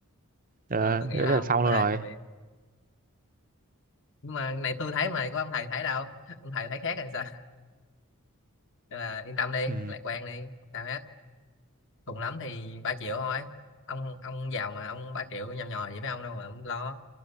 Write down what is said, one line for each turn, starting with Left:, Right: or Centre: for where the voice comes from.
Right: Ờ,
Left: Ờ, tôi nghĩ
Right: thế
Left: là
Right: là
Left: ông
Right: xong
Left: có
Right: luôn
Left: thể
Right: rồi
Left: sẽ bị nhưng mà này tôi thấy mà có ông thầy thấy đâu <laughs> ông thầy thấy khác hay sao Nên là yên tâm đi
Right: ừ.
Left: lạc quan đi không sao hết cùng lắm thì 3 triệu thôi ông ông giàu mà ông 3 triệu nhầm nhòi vậy với ông đâu mà ông lo